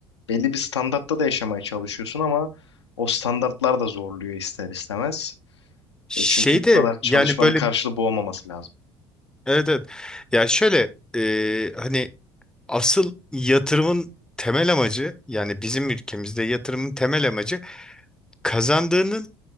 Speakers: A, on the left; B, in the centre.
A: belli bir standartta da yaşamaya çalışıyorsun ama o standartlar da zorluyor ister istemez.
B: Şeyde
A: E, çünkü bu kadar çalışmanın
B: yani böyle
A: karşılığı bu olmaması lazım.
B: evet evet. Ya şöyle e, hani asıl yatırımın temel amacı yani bizim ülkemizde yatırımın temel amacı kazandığının